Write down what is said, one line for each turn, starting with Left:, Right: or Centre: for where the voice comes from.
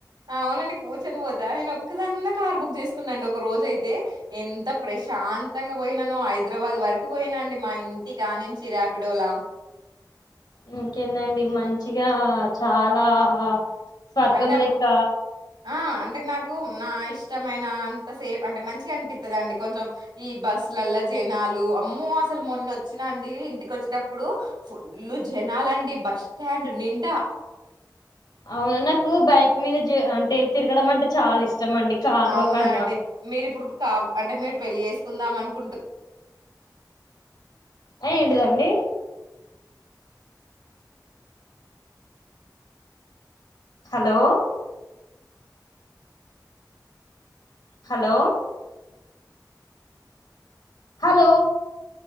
Right: అవునండి కూర్చొని పోతా నేను ఒక్కదాన్నే కార్ బుక్ చేసుకున్న ఒక రోజ అయితే ఎంత ప్రశాంతంగా పోయినాను హైదరాబాద్ వరకు పోయినా అండి మా ఇంటి కా నుంచి రాపిడోల
Left: ఇంకేందండి మంచిగా చాలా స్వర్గం
Right: అంటే అప్పుడు
Left: లేక్క
Right: ఆ అంటే నాకు నా ఇష్టమైన అంత సేఫ్ అంటే మంచిగా అనిపిస్తుందిండి కొంచెం బస్సులల జనాలు అమ్మ అసలు మొన్న వచ్చినండి ఇంటికి వచ్చేటప్పుడు ఫుల్లు జనాలు జనాలు బస్ స్టాండ్ నిండా
Left: అవునా నాకు బైక్ మీద జ అంటే తిరగడం అంటే చాలా ఇష్టం అండి కార్
Right: అవునా
Left: లో కన్నా
Right: అండి మీరిప్పుడు కాబ అంటే మీరు పెళ్ళి చేేసుకుందాం అనుకుంటున్నారా అనుకుంటూ
Left: ఆ ఏంటిదండి హలో హలో హలో